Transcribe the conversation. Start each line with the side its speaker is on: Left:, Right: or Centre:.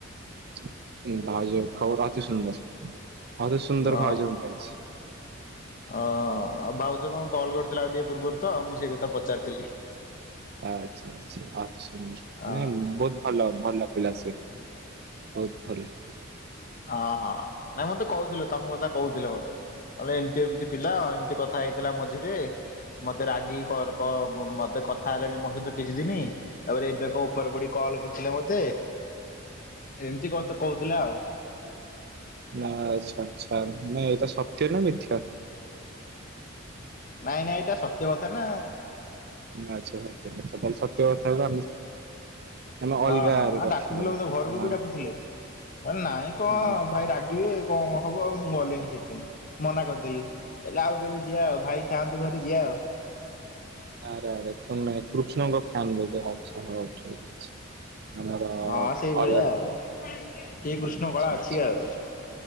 Right: ହଁ ଭାଉଜ ଖବର ଅତି ସୁନ୍ଦର। ଅତି ସୁନ୍ଦର
Left: ଅ
Right: ଭାଉଜ ମୁ ପାଇଛି।
Left: ଅ ଆଉ ଭାଉଜ କଣ କଲ୍ କରିଥିଲା ଆଉ ଟିକେ ପୂର୍ବରୁ ତ ମୁଁ ସେଇ କଥା ପଚାରିଥିଲି।
Right: ଆଚ୍ଛା ଆଚ୍ଛା ଆଚ୍ଛା ଆଚ୍ଛା
Left: ଅ
Right: ନାଇଁ ବହୁ ଭଲ ଭଲ ପିଲା ସେ ବହୁତ ଭଲ।
Left: ଓ ହଁ ନାଇଁ ମତେ କହୁଥିଲେ ତମ କଥା କହୁଥିଲେ ମତେ। କହିଲେ ଏମିତି ଏମିତି ପିଲା ଏମିତି କଥା ହେଇଥିଲା ମଝିରେ। ମତେ ରାଗିକି କ କ ମତେ କଥା ହେଲେନି ମୋ ସହିତ କିଛି ଦିନ ତାପରେ ଏବେ କ ଉପରେପଡ଼ି କଲ କରିଥିଲେ ମତେ। ଏମିତି କଥା କହୁଥିଲେ ଆଉ।
Right: ନା ଆଚ୍ଛା ଆଚ୍ଛା ନାଇଁ ଏଟା ସତ୍ୟ ନା ମିଥ୍ୟା।
Left: ନାଇଁ ନାଇଁ ଏଇଟା ସତ୍ୟ କଥା ନା।
Right: ଆଚ୍ଛା ସତେ ସତ୍ୟ କଥାକୁ ଆମେ ଆମେ ଅଲଗାରେ
Left: ଅହଁ ଆଉ
Right: କଥା
Left: ଡାକୁଥିଲେ
Right: ହବା
Left: ମତେ ଘରକୁ ବି
Right: ହଁ।
Left: ଡାକୁଥିଲେ। ହ ନାଇଁ କଣ
Right: ହୁଁ,
Left: ଭାଇ ରାଗିବେ କଣ ହବ ଆଉ ମୁଁ ଗଲିନି ସେଥିପାଇଁ ମନା କରିଦେଲି କହିଲି ଆଉ କେବେ ଯିବା ଆଉ ଭାଇ ଥାଆନ୍ତୁ ଘରେ ଯିବା ଆଉ।
Right: ଆରେ ଆରେ ତୁମେ କୃଷ୍ଣଙ୍କ ଫ୍ୟାନ୍ ବୋଧେ ଆଚ୍ଛା ହଉ। ଠିକ ଅଛି। ଆମର
Left: ହଁ ସେଇଭଳିଆ
Right: ଅଲଗା
Left: ଆଉ ଟିକେ କୃଷ୍ଣ
Right: ଆଚ୍ଛା
Left: କଳା
Right: ଆଚ୍ଛା
Left: ଅଛି ଆଉ।